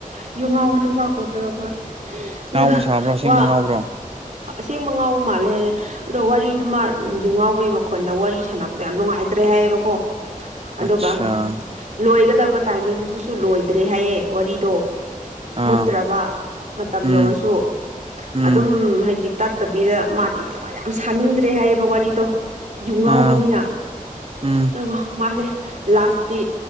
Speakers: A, on the right; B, on the right.
A: ꯌꯨ ꯉꯥꯎꯕ ꯅꯨꯄꯥ ꯀꯣꯜ ꯇꯧꯔꯛꯄ ꯑꯗꯨꯒ
B: ꯉꯥꯎꯕ ꯁꯥꯕ꯭ꯔꯣ ꯑꯁꯦꯡꯕ
A: ꯋꯥ
B: ꯉꯥꯎꯕ꯭ꯔꯣ
A: ꯑꯁꯦꯡꯕ ꯉꯥꯎꯕ ꯃꯥꯜꯂꯦ ꯍꯥꯏꯌꯦ ꯑꯗꯣ ꯋꯥꯔꯤꯗꯨꯃ ꯌꯨ ꯉꯥꯎꯕꯩ ꯃꯈꯣꯟꯗ ꯋꯥꯔꯤ ꯁꯥꯟꯅꯕꯗꯣ ꯌꯥꯝ ꯅꯨꯡꯉꯥꯏꯇ꯭ꯔꯥ ꯍꯥꯏꯌꯦꯕ ꯀꯣ
B: ꯑꯠꯆꯥ
A: ꯑꯗꯨꯒ ꯂꯣꯏꯒꯗꯕ ꯇꯥꯏꯃꯤꯡꯗꯨꯁꯨ ꯂꯣꯏꯗ꯭ꯔꯦ ꯍꯥꯏꯌꯦ ꯋꯥꯔꯤ ꯇꯣ
B: ꯑꯥ
A: ꯃꯨꯠꯇ꯭ꯔꯕ ꯃꯇꯝ
B: ꯎꯝ
A: ꯌꯧꯔꯁꯨ
B: ꯎꯝ
A: ꯑꯗꯨꯝ ꯍꯥꯏꯗꯤ ꯇꯠꯇꯕꯤꯗ ꯃꯥꯗꯤ ꯌꯥꯝ ꯁꯥꯅꯤꯡꯗ꯭ꯔꯦ ꯍꯥꯏꯌꯦꯕ ꯋꯥꯔꯤꯗꯣ ꯌꯨꯝ ꯉꯥꯎꯕꯅꯤꯅ
B: ꯑꯥ ꯎꯝ
A: ꯑꯗꯨꯒ ꯃꯥꯁꯦ ꯂꯥꯁꯇꯤ